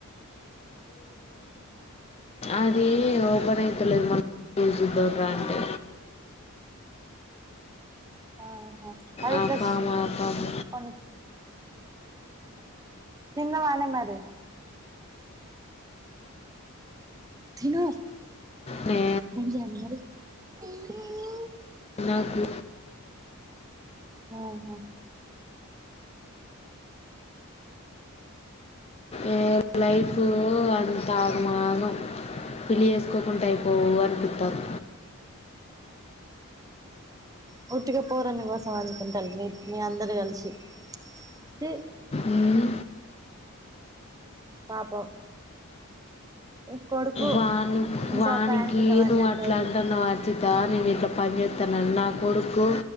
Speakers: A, on the left (about 30°); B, on the right (about 15°).
A: అది ఓపెన్ అయితలేదు మన జ దర అంటే
B: ఆహా అది
A: ఆ
B: ఇట్లా
A: ఫామ్ ఆ ఫామ్
B: కొ తినవనే మరి తిను
A: నే
B: బనిజను మరి ఎలు
A: నాకు
B: ఆహా
A: ఏ లైఫ అది ఆగమాగ పెళ్లి చేసుకోకుండా అయిపోవు అనిపిస్తారు
B: పూర్తిగా పోరానివాసం అనుకుంటారు మీ మీ అందరు కలిసి టీ
A: ఉమ్
B: పాపం ఈ కొడుకు
A: వాణి
B: ఇంట్లో
A: వాణికి
B: ఫ్యాన్ కింద పండేటోడు
A: నువు అట్లా అంటున్నావ్ వారితి తా నేను ఇక్కడ పనిచేస్తానను నా కొడుకు